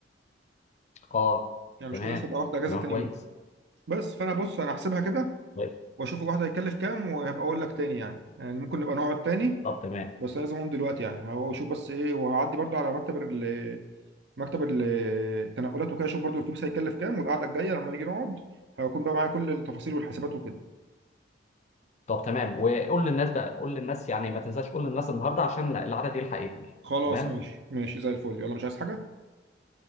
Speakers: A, on the left; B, on the right.
A: اه
B: يعني
A: تمام
B: مش كل الناس هتبقى واخده اجازه
A: تمام
B: تاني
A: كويس
B: يوم بس فانا بص انا هحسبها كده
A: طيب
B: واشوف الواحد هيكلف كام وهبقى اقول لك تاني يعني يعني ممكن نبقى نقعد تاني
A: طب تمام
B: بس أنا لازم اقوم دلوقتي يعني هشوف بس ايه وهعدي برضه على مكتب ال- مكتب ال- التنقلات وكده شوف برضو الاتوبيس هيكلف كام والقعده الجايه لما نيجي نقعد هيكون بقى معايا كل التفاصيل والحسابات وكده
A: طب تمام وقول للناس بقى قول للناس يعني ما تنساش قول للناس النهارده عشان العدد يلحق يكمل
B: خلاص
A: تمام
B: ماشي ماشي زي الفل يلا مش عايز حاجه